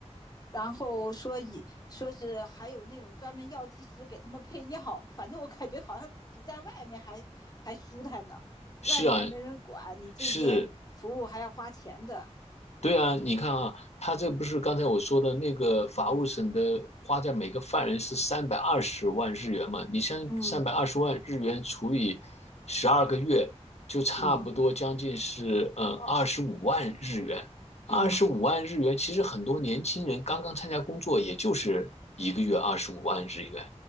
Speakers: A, on the left; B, on the left.
A: 然后说以说是还有那种专门药剂师给他们配药，反正我感觉好像比在外面还还舒坦呢，
B: 是啊
A: 外面还没人管你这些服务还要花钱的，
B: 是，对啊，你看啊，他这不是刚才我说的那个法务省的花在每个犯人是三百二十万日元嘛？
A: 嗯
B: 你像三百二十万日元除以十二个月，
A: 嗯
B: 就差不多将近是呃二十五万日元。
A: 嗯
B: 二十五万日元，
A: 嗯，
B: 其实很多年轻人刚刚参加工作，也就是一个月二十五万日元。